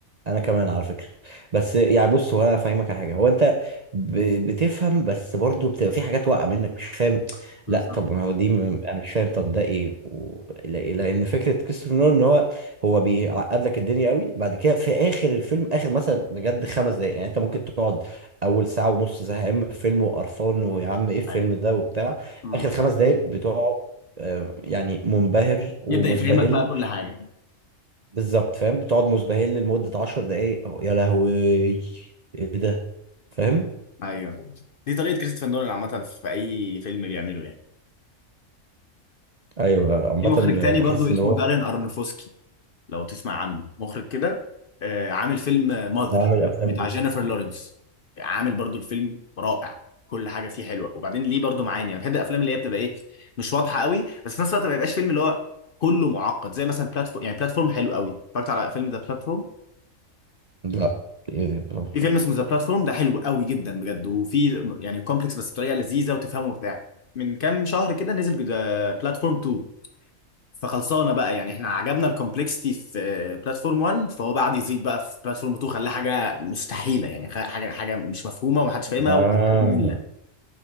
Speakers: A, on the right (about 45°); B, on the left (about 50°).
A: انا كمان على فكره بس يعني بص هو انا فاهمك على حاجه هو انت ب- بتفهم بس برضه بتبقى في حاجات واقعه منك مش فاهم
B: بالظبط
A: لا طب ما هو دي م- انا مش فاهم طب ده ايه و... لا- لان فكره كريستوفر نولان ان هو هو بيعقد لك الدنيا قوي بعد كده في اخر الفيلم اخر مثلا بجد خمس دقايق يعني انت ممكن تقعد اول ساعه ونص زهقان من الفيلم وقرفان ويا عم ايه الفيلم
B: أيوة.
A: ده وبتاع
B: مم.
A: اخر خمس دقايق بتقعد آه، يعني منبهر ومزبهل
B: يبدأ يفهمك بقى كل حاجة
A: بالظبط فاهم بتقعد مزبهل لمدة عشر دقايق أهو، يا لهوي ايه ده فاهم
B: ايوه دي طريقه كريستوفر نولان عامه في اي فيلم بيعمله يعني
A: ايوه عامة
B: في مخرج تاني
A: بحس
B: برضو اسمه
A: ان هو
B: دارين ارنوفسكي لو تسمع عنه مخرج كده آه، عامل فيلم ماذر
A: بعمل افلام
B: بتاع
A: ايه
B: جينيفر لورنس عامل برضو الفيلم رائع كل حاجه فيه حلوه وبعدين ليه برضو معاني انا بحب الافلام اللي هي بتبقى ايه مش واضحه قوي بس في نفس الوقت ما يبقاش فيلم اللي هو كله معقد زي مثلا بلاتفورم يعني بلاتفورم حلو قوي اتفرجت على فيلم ذا بلاتفورم؟
A: لا ايه ده برضه.
B: في فيلم اسمه ذا بلاتفورم ده حلو قوي جدا بجد وفي يعني كومبلكس بس بطريقه لذيذه وتفهمه وبتاع من كام شهر كده نزل ذا بلاتفورم 2 فخلصانه بقى يعني احنا عجبنا الكومبلكسيتي في بلاتفورم 1 فهو بعد يزيد بقى في بلاتفورم 2 خلاه حاجه مستحيله يعني خ- حاجه حاجه مش مفهومه ومحدش فاهمها
A: آه.
B: ومملة.